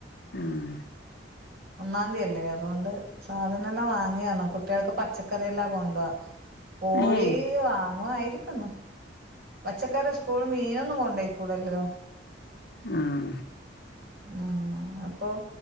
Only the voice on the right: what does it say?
ഒന്നാന്തിയല്ലേ അതുകൊണ്ട് സാധനെല്ലാം വാങ്ങിയേർന്നു കുട്ടിയേൾക്ക് പച്ചക്കറിയെല്ലാം കൊണ്ടാ കോഴി
വാങ്ങുവായിരിക്കുന്ന് പച്ചക്കറി സ്കൂള് മീനൊന്നും കൊണ്ടോയ്ക്കൂടല്ലോ
ആഹ് അപ്പൊ